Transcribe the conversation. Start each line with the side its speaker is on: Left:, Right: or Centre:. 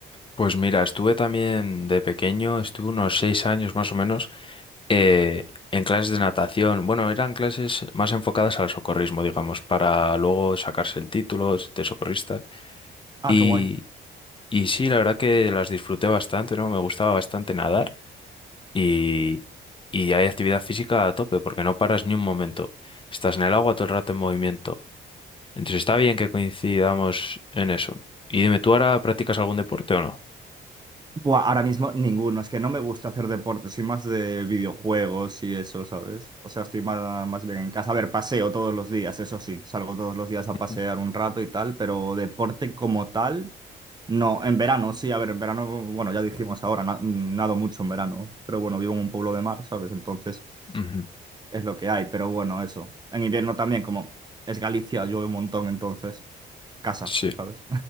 Left: Pues mira, estuve también de pequeño, estuve unos seis años más o menos eh, en clases de natación. Bueno, eran clases más enfocadas al socorrismo, digamos, para luego sacarse el título de socorrista.
Right: Ah,
Left: Y,
Right: qué guay.
Left: y sí, la verdad que las disfruté bastante, ¿no? Me gustaba bastante nadar y, y hay actividad física a tope porque no paras ni un momento. Estás en el agua todo el rato en movimiento. Entonces está bien que coincidamos en eso. Y dime, ¿tú ahora practicas algún deporte o no?
Right: Buah, ahora mismo ninguno, es que no me gusta hacer deporte, soy más de videojuegos y eso, ¿sabes? O sea, estoy más, más bien en casa. A ver, paseo todos los días, eso sí, salgo todos los días a
Left: Ujú,
Right: pasear un rato y tal, pero deporte como tal, no. En verano, sí, a ver, en verano, bueno, ya dijimos ahora, na- nado mucho en verano, pero bueno, vivo en un pueblo de mar, ¿sabes? Entonces
Left: ujú,
Right: es lo que hay, pero bueno, eso. En invierno también, como es Galicia, llueve un montón, entonces casa,
Left: Sí.
Right: ¿sabes?